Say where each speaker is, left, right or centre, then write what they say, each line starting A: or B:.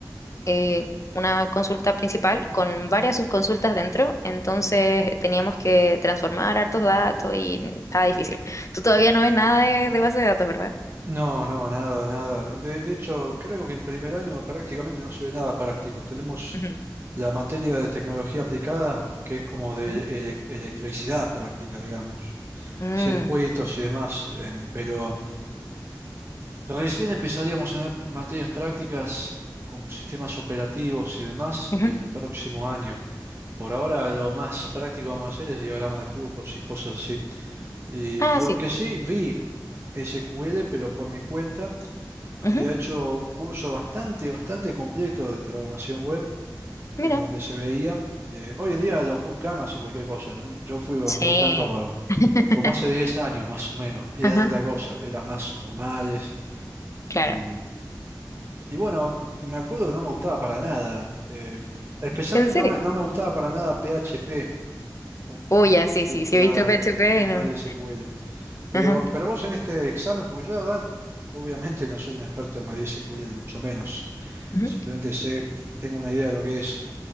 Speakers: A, on the left; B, on the right.
A: eh, una consulta principal con varias subconsultas dentro, entonces teníamos que transformar hartos datos y estaba difícil. Tú todavía no ves nada de, de base de datos, ¿verdad?
B: No, no, nada, nada. De, de hecho, creo que en primer año prácticamente no se ve nada práctico. Tenemos
A: Ujú,
B: la materia de tecnología aplicada, que es como de
A: ujú.
B: ele- electricidad práctica, digamos,
A: Mm,
B: circuitos y demás, em, pero recién empezaríamos a ver materias prácticas como sistemas operativos y demás
A: ujú.
B: el próximo año. Por ahora lo más práctico vamos a hacer es diagrama de flujos y cosas así. Y
A: Ah,
B: lo
A: sí.
B: que sí vi SQL, pero por mi cuenta, había
A: ujú,
B: hecho un curso bastante, bastante completo de programación web en
A: Mira.
B: donde se veía. eh, hoy en día los bootcamp hacen cualquier cosa. Yo, yo fui a
A: Sí.
B: un bootcamp como,
A: <laughs>
B: como hace 10 años más o menos, y
A: Ajá,
B: eran otra cosa, eran más formales.
A: claro.
B: Y, y bueno, me acuerdo que no me gustaba para nada. eh, especialmente
A: ¿En serio?
B: no me, no me gustaba para nada PHP u-
A: Uy, ya, sí,
B: vinculado
A: sí, sí, he visto PHP,
B: a, a MySQL.
A: no.
B: Pero,
A: Ajá,
B: pero vos en este examen, porque yo la verdad, obviamente no soy un experto en MySQL, ni mucho menos.
A: ujú.
B: Simplemente sé, tengo una idea de lo que es.